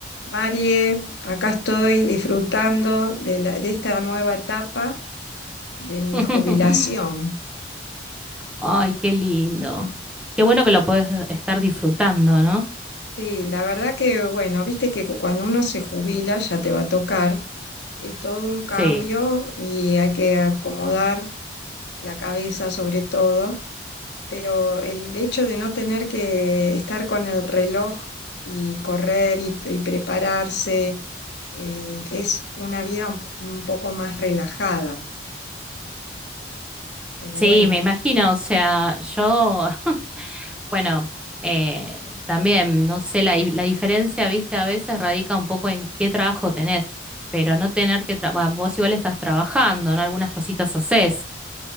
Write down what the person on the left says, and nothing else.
Marie, acá estoy disfrutando de, la- de esta nueva etapa de mi
jubilación.
Sí, la verdad que, bueno, viste que cu- cuando uno se jubila ya te va a tocar, es todo un cambio
y hay que acomodar la cabeza sobre todo, pero el hecho de no tener que estar con el reloj y correr y, y prepararse, eh, es una vida un un poco más relajada. Pero
bueno,